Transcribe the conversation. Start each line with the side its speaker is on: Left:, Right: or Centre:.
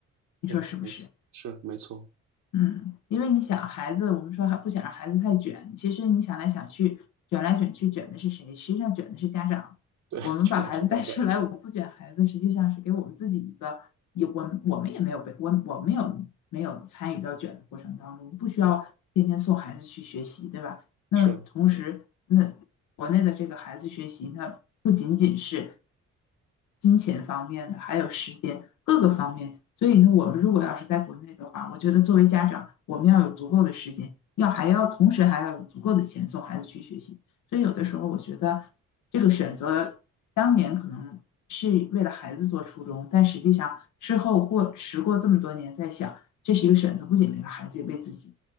Left: 你说是不是？
Right: 对，没错，是没错，
Left: 嗯，因为你想，孩子，我们说还不想让孩子太卷，其实你想来想去，卷来卷去，卷的是谁？实际上卷的是家长。
Right: 对，
Left: 我们把孩子带出来，
Right: <laughs> 说的是这样的
Left: 我们不卷孩子，实际上是给我们自己一个，也我们我们也没有被我我们有没有参与到卷的过程当中，不需要天天送孩子去学习，对吧？那同时，
Right: 是。
Left: 那国内的这个孩子学习，那不仅仅是金钱方面的，还有时间各个方面。所以呢，我们如果要是在国内的话，我觉得作为家长，我们要有足够的时间，要还要同时还要有足够的钱送孩子去学习。所以有的时候，我觉得这个选择当年可能是为了孩子做初衷，但实际上事后过时过这么多年，在想这是一个选择，不仅为了孩子，也为自己。